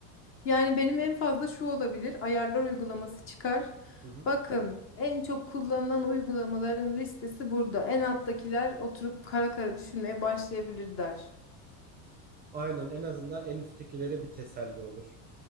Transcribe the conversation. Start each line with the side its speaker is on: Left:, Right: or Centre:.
Left: Yani benim en fazla şu olabilir. Ayarlar uygulaması çıkar.
Right: Hı hı.
Left: Bakın en çok kullanılan uygulamaların listesi burada. En alttakiler oturup kara kara düşünmeye başlayabilir der.
Right: Aynen en azından en üsttekilere bir teselli olur.